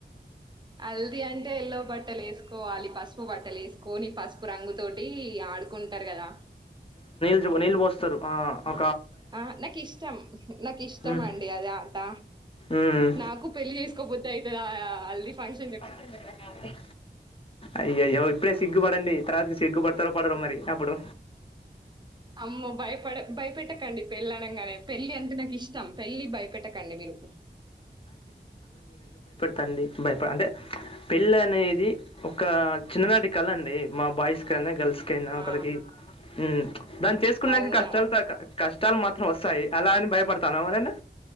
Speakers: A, on the right (about 25°); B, on the left (about 30°).
A: హల్ది అంటే ఎల్లో బట్టలు వేసుకోవాలి పసుపు బట్టలు వేసుకోని పసుపు రంగుతోటి ఆడుకుంటారు గదా
B: జగ్గు నిలిపోస్తారు ఆ ఆ
A: ఆ నాకు ఇష్టం నాకు ఇష్టం
B: ఉమ్,
A: అండి అద ఆట
B: ఉమ్,
A: నాకు పెళ్లి చేసుకో బుద్ధి అయితది ఆ హల్దీ ఫంక్షన్
B: హల్దీ ఫంక్షన్ చూడంగానే అయ్యయో ఇప్పుడే సిగ్గు పడండి తర్వాకి సిగ్గు పడి తొరపడరు మరీ అప్పుడు
A: అమ్మో భయపడ భయపెట్టకండి పెళ్ళి అనగానే పెళ్ళి అంటే నాకు ఇష్టం పెళ్లి భయపెట్టకండి మీరు
B: తండి భయపడి అంటే పెళ్ళి అనేది ఒక చిన్ననాటి కళ అండి మా బాయ్స్ కన్నా గర్ల్స్ కైన ఒకరికి
A: ఆ
B: మ్మ్ దాన్ని చేసుకున్నంక
A: అవునా
B: కష్టాలు క చష్టాలు మాత్రం వస్తాయి అలా అని భయపడతాన వదేనా